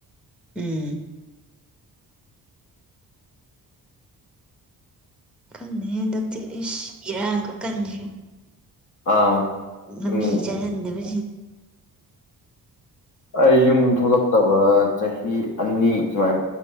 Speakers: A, in the centre; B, on the left.
A: ꯎꯝ ꯈꯪꯗꯦ ꯍꯟꯗꯛꯇꯤ ꯏꯁ ꯏꯔꯥꯡꯒ ꯀꯟꯁꯤ
B: ꯑꯥ
A: ꯉꯃꯤ
B: ꯌꯨꯝ
A: ꯆ ꯍꯦꯟꯗꯅ
B: ꯑꯩ ꯌꯨꯝ ꯊꯣꯛꯂꯛꯇꯕ ꯆꯍꯤ ꯑꯅꯤ ꯁꯨꯃꯥꯏ